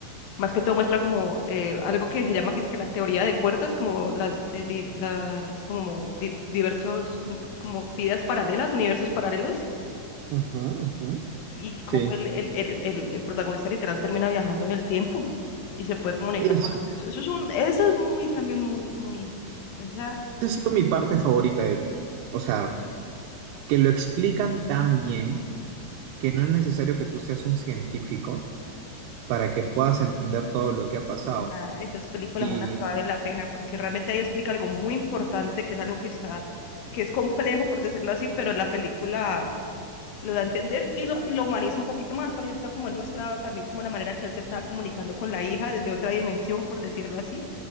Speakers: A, on the left (about 75°); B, on the right (about 85°).
A: más que todo muestra como eh, algo que se llama que es que la teoría de cuerdas, como las, de di- las como di- diversos, uni- o sea, como vidas paralelas, universos paralelos,
B: Ujú, ujú.
A: y como
B: Sí.
A: el, el, el, el, el protagonista literal termina viajando en el tiempo y se puede comunicar
B: Eso.
A: con la... Eso, eso es un, eso es muy, también muy, muy, esa,
B: Esa ha sido mi parte favorita, de hecho. O sea, que lo explican tan bien que no es necesario que tú seas un científico para que puedas entender todo lo que ha pasado.
A: Ajá, esas películas
B: Y...
A: son las que valen la pena, porque realmente ahí explica algo muy importante, que es algo que está, que es complejo, por decirlo así, pero la película lo da a entender y lo, y lo humaniza un poquito más. Por ejemplo, como él mostraba también como la manera que él se estaba comunicando con la hija desde otra dimensión, por decirlo así.